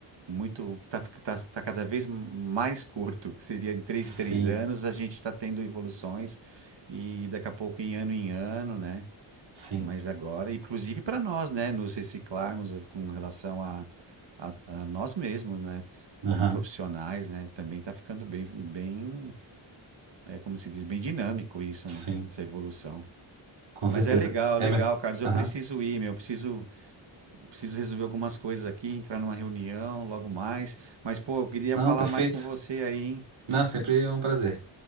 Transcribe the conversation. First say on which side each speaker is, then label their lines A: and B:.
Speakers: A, on the right (about 60°); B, on the right (about 85°).
A: muito tá, fi- tá, tá cada vez mais curto, que seria em três
B: Sim,
A: em três anos a gente está tendo evoluções e daqui a pouco em ano em ano, né?
B: sim.
A: Mas agora, inclusive para nós, né, nos reciclarmos eh, com relação a, a, a nós mesmos, né,
B: Aham,
A: como profissionais, né, também está ficando bem bem, é, como se diz, bem dinâmico isso,
B: sim.
A: né? Essa evolução.
B: Com certeza.
A: Mas é legal,
B: Emerson.
A: legal, Carlos. Eu
B: Aham.
A: preciso ir, meu. Eu preciso, eu preciso resolver algumas coisas aqui, entrar numa reunião logo mais. Mas, pô, eu queria
B: Não,
A: falar
B: perfeito.
A: mais com você aí, hein?
B: Não, sempre um prazer.